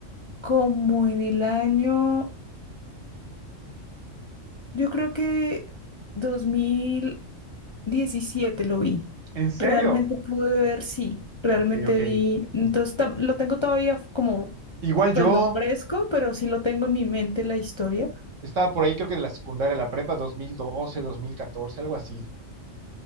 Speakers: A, on the left; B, on the right.
A: como en el año, yo creo que dos mil diecisiete lo vi.
B: <laughs> ¿En serio?
A: Realmente pude ver, sí, realmente
B: Ok, ok.
A: vi. Entonces tam- lo tengo todavía f- como,
B: Igual
A: pues
B: yo
A: no fresco, pero sí lo tengo en mi mente la historia.
B: estaba por ahí creo que de la secundaria, a la prepa, 2012, 2014, algo así.